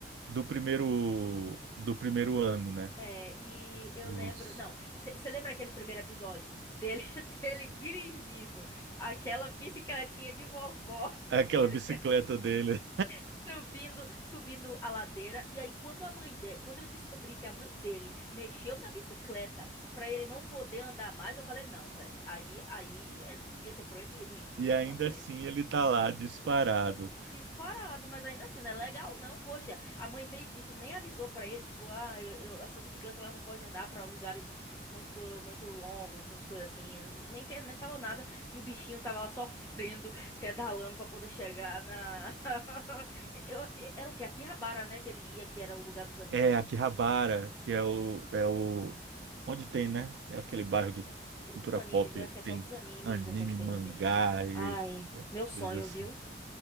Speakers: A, on the right (about 85°); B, on the left (about 15°).
A: do primeiro do primeiro ano, né?
B: É, e eu
A: Os-
B: lembro, não, você lembra aquele primeiro episódio dele, <laughs> dele dirigindo aquela bicicletinha de vovó <laughs> subindo,
A: Aquela bicicleta dele.
B: subindo, subindo a ladeira. E aí, quando a mãe dele, quando eu descobri que a mãe dele mexeu na bicicleta pra ele não poder andar mais, eu falei, não, velho, aí, aí é, devia ser proibido isso. Que
A: E
B: negócio
A: ainda
B: é
A: assim ele tá lá disparado.
B: Disparado, mas ainda assim, não é legal não. Poxa, a mãe fez isso e nem avisou pra ele, tipo, ah, eu, eu- a sua bicicleta ela não pode andar pra lugares muito muito longos, essas coisas assim. Nem fez, nem falou nada e o bichinho tava lá sofrendo, pedalando pra poder chegar na <laughs> Eu- era o quê? Akihabara, né, que ele ia, que era o lugar dos animes.
A: É Akihabara, que é o, é o. Onde tem, né? É aquele bairro
B: É,
A: de
B: o-
A: cultura
B: dos animes,
A: pop.
B: eu acho que é só
A: Tem
B: dos animes,
A: anime,
B: essas coisas
A: mangá
B: assim.
A: e
B: Ai,
A: essas
B: meu sonho,
A: coisas assim.
B: viu?